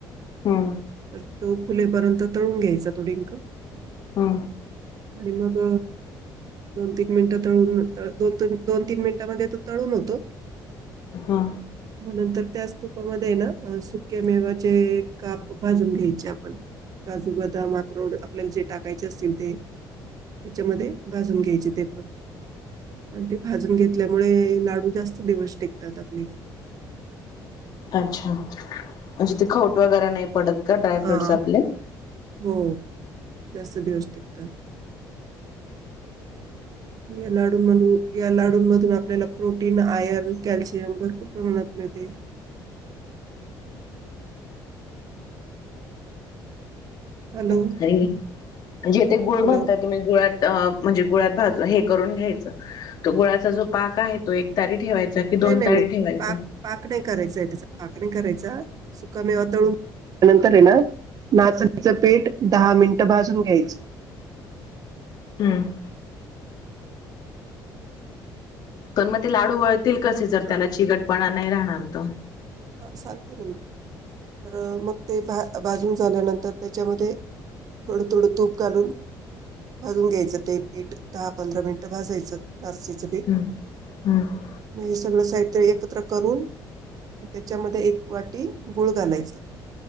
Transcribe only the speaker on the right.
तो फुलेपर्यंत तळून घ्यायचा तो डिंक.
आणि मग दोन तीन मिनिटं तळून, दोन, दोन-तीन मिनिटांमध्ये तो तळून होतो.
मग नंतर त्याच तुपामध्ये ना सुक्के मेवाचे काप भाजून घ्यायचे आपण काजू, बदाम, आक्रोठ आपल्याला जे टाकायचे असतील ते त्याच्यामध्ये भाजून घ्यायचे ते पण. आणि ते भाजून घेतल्यामुळे लाडू जास्त दिवस टिकतात आपले.
हा
हो, जास्त दिवस टिकतात. या लाडू मधून, या लाडू मधून आपल्याला प्रोटीन, आयर्न, कॅल्शियम भरपूर प्रमाणात मिळतेय. हॅलो
हॅलो
नाही नाही
नाही,
पाक, पाक नाही करायचा आहे, त्याचा पाक नाही करायचा, सुका मेवा तळून नंतर ये ना, नाचणीचं पीठ दहा मिनटं भाजून घ्यायचं.
ते
पण
ह सांगते ना मी, तर मग ते बाजून झाल्यानंतर त्याच्यामध्ये थोडं थोडं तूप करून भाजून घ्यायचं ते पीठ, दहा-पंधरा मिनिटं भाजायचं नाचणीच.
मग हे सगळं साहित्य एकत्र करून त्याच्यामध्ये एक वाटी गुळ घालायचा,